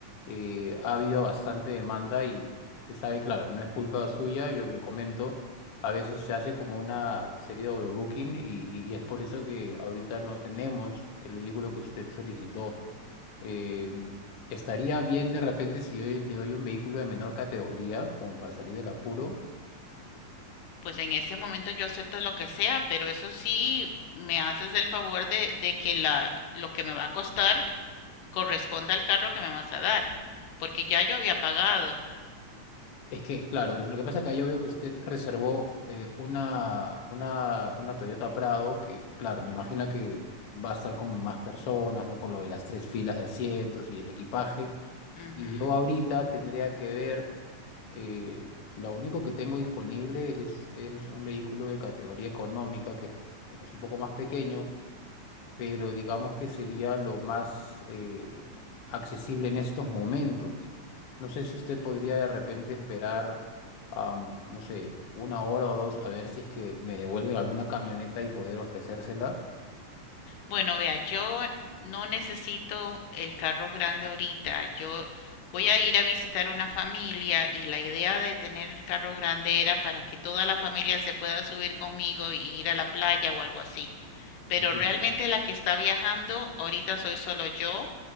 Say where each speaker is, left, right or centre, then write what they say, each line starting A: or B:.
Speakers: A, on the left; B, on the left.
A: eh, ha habido bastante demanda y usted sabe, claro, no es culpa suya, yo le comento, a veces se hace como una serie de overbooking y, y y es por eso que ahorita no tenemos el vehículo que usted solicitó. Eh, estaría bien de repente si yo le doy un vehículo de menor categoría, como para salir del apuro.
B: pues en ese momento yo acepto lo que sea, pero eso sí, me haces el favor de, de que la, lo que me va a costar corresponda al carro que me vas a dar, porque ya yo había pagado.
A: Es que, claro, lo que pasa es que yo veo que usted reservó eh, una, una, una Toyota Prado, que, claro, me imagino que va a estar con más personas, ¿no? Por lo de las tres filas de asientos y el equipaje.
B: Ujú.
A: Y yo ahorita tendría que ver, eh, lo único que tengo disponible es, es un vehículo de categoría económica, que es bueno, es un poco más pequeño pero digamos que sería lo más eh, accesible en estos momentos. No sé si usted podría de repente esperar, am, no sé, una hora o dos a ver si es que me devuelven alguna camioneta y poder ofrecérsela.
B: Bueno, vea, yo no necesito el carro grande ahorita, yo voy a ir a visitar una familia y la idea de tener el carro grande era para que toda la familia se pueda subir conmigo y ir a la playa o algo así. pero
A: Entiendo.
B: realmente la que está viajando ahorita soy solo yo,